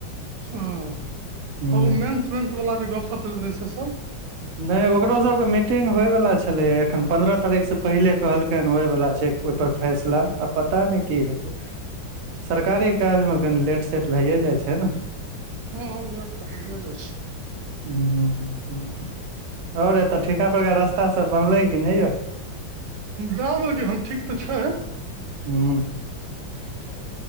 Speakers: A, on the right; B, on the right.
A: हूँ
B: हूँ
A: ओ मेन्स वेन्सवला जे गपशप करलैत रहै से सब।
B: नै ओकरो सबके मीटिंग होइ बला छलैय एखन पन्द्रह तारीख से पहिले कहलखैन होय बाला छै। ओयपर फैसला आ पता नै की हेतै।
A: <inaudible>
B: सरकारी काजमे कनि लेटसेट भैए जाइ छै न।
A: हँ हँ लेट त भयेजाय छै।
B: <unintelligible> आओर एतऽ ठीका पड़का रास्ता सब बनलै कि नै यौ।
A: दए देलकै हन ठीक तऽ छै।
B: हूँ
A: ओन सु दिय <unintelligible>